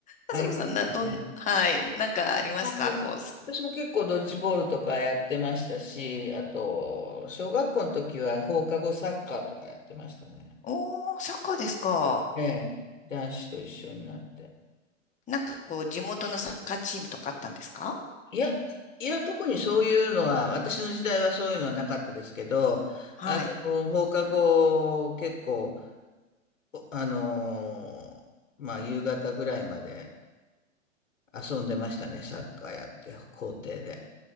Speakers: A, on the left; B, on the left.
A: あそこさん、
B: ありますね。
A: な、どん、はい。なんかありますかこう、
B: うん私も結構ドッジボールとかやってましたし、あと、小学校の時は放課後サッカーとかやってましたね。
A: おー、サッカーですか。
B: ええ、男子と一緒になって。
A: なんかこう、地元のサッカーチームとかあったんですか
B: いや、いや、特にそういうのは、私の時代はそういうのはなかったですけど、
A: はい。
B: あの、放課後、結構、おあの、まあ、夕方ぐらいまで遊んでましたね、サッカーやって、校庭で。